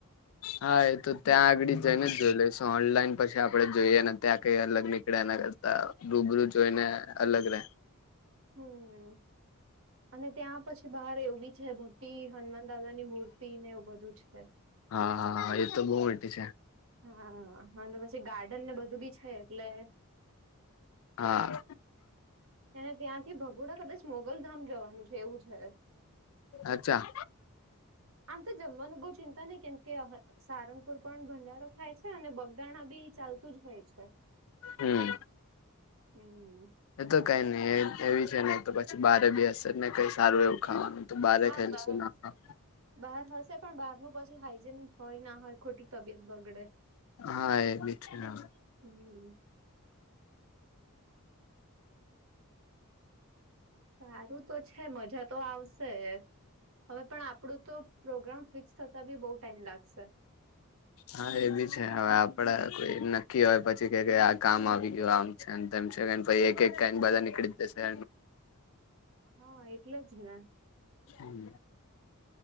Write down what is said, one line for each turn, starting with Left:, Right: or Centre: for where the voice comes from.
Left: હા એ તો ત્યાં આગળ જઈને જ જોઈ લઈશ ઓનલાઈન પછી આપડે જોઈએ ને ત્યાં કઈ અલગ નીકળ્યા રૂબરૂ જોઈને અલગ રે
Right: હમ અને ત્યાં પછી બહાર એવું બી છે મોટી હનુમાન દાદાની મૂર્તિ તીન એવું બધું છે.
Left: હા હા હા એ તો બહુ મોટી છે.
Right: હા હા પછી ગાર્ડન ને બધું બી છે એટલે
Left: હા
Right: ત્યારે ત્યાંથી ભગોડાથી કદાચ મોગલધામ જવાનું છે એવું છે
Left: અચ્છા
Right: આમ તો જમવાનું બહઉ ચિંતા નહ કેમ કે સારંગપુર પણ ભંડારો થાય છે અને બગદાણા બી ચાલતું જ હોય છે
Left: હમ
Right: હમ
Left: એ તો કઈ નઈ એવી છે ને તો પછી બહારે બી હશે ને કઈ સારું એવું ખાવાનું તો બારે
Right: હા
Left: ખાઈ
Right: બાર
Left: લઈશું ના
Right: બહાર હશે પણ બહારનું પછી હાઈજેનિક હોય ના હોય ખોટી તબિયત બગડે
Left: હા એ બી છે હમ
Right: હમ સારું તો છે મજા તો આવશે હવે પણ આપડું તો પ્રોગ્રામ ફિક્સ થતા બી બહુ ટાઈમ લાગશે
Left: હા એ બી છે હવે આપડે કોઈ નક્કી હોય પછી કે આ કામ આવી ગયું આમ છ તને પછ એક એક કઈ બધાર નીળી જશે
Right: હા એટલે જ નાને
Left: હમ